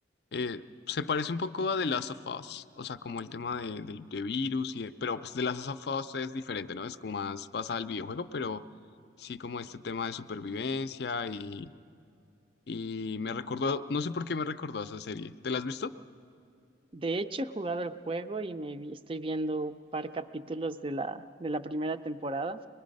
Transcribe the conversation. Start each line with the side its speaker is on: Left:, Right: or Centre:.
Left: Eh, se parece un poco a The Last of Us, o sea, como el tema de, del- de virus y de- pero pues The Last of Us es diferente, ¿no? Es como más basada al videojuego, pero sí como este tema de supervivencia y, y me recordó, no sé por qué me recordó a esa serie. ¿Te la has visto?
Right: De hecho, he jugado el juego y me vi- estoy viendo un par capítulos de la, de la primera temporada